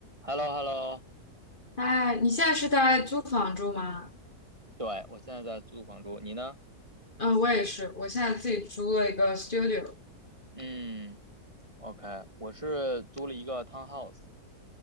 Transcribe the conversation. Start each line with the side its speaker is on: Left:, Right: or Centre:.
Right: h e l l o h e l l o
Left: 哎，你现在是在租房住吗？
Right: 对，我现在在租房住，你呢？
Left: 嗯，我也是，我现在自己租了一个 studio。
Right: 嗯，OK，我是租了一个 townhouse，